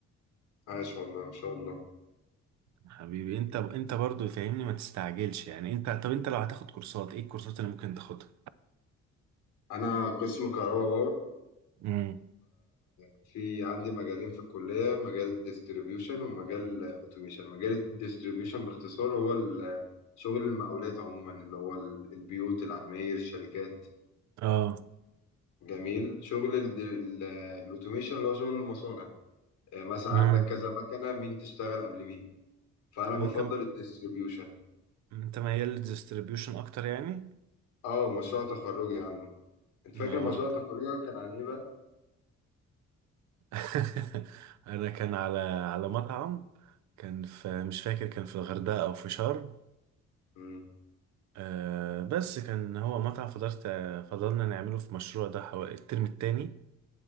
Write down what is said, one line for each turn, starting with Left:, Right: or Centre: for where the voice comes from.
Left: عاش والله ان شاء الله
Right: حبيبي انت انت برضو فاهمني ما تستعجلش يعني انت طب انت لو هتاخد كورسات ايه الكورسات اللي ممكن تاخدها
Left: انا قسم كهرباء باور
Right: امم
Left: ففي عندي مجالين في الكلية مجال ديستريبيوشن ومجال اوتوميشن مجال الديستريبيوشن باختصار هو ال- شغل المقاولات عموما اللي هو ال- البيوت العماير الشركات
Right: اه
Left: جميل شغل ال- ال- الاوتوميشن اللي هو شغل المصانع آه، مثلا
Right: امم
Left: عندك كذا مكنة مين تشتغل قبل مين فأنا
Right: وانت
Left: بفضل
Right: م...
Left: الديستريبيوشن
Right: انت ميال للديستريبيوشن اكتر يعني
Left: اه مشروع تخرجي عنه انت فاكر
Right: اه
Left: مشروع
Right: ده.
Left: تخرجك كان عن ايه بقى؟
Right: <laughs> انا كان على على مطعم كان في مش فاكر كان في الغردقة او في شرم
Left: مم.
Right: آه بس كان هو مطعم فضلت فضلنا نعمله في مشروع ده حوالي الترم التاني